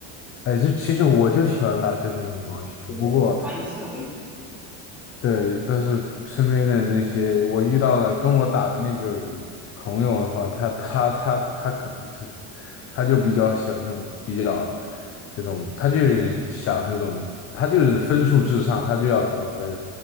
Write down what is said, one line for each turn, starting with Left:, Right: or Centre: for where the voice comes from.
Left: 哎，就其实我就喜欢打这种羽毛球，
Centre: <laughs> 对，
Left: 不过。
Centre: 就玩一下而已，
Left: 对，但是身边的那些我遇到的跟我打的那个朋友的话，他他他他可能就他就比较喜欢这种比较这种，他就是想这种，他就是分数至上，他就要得分，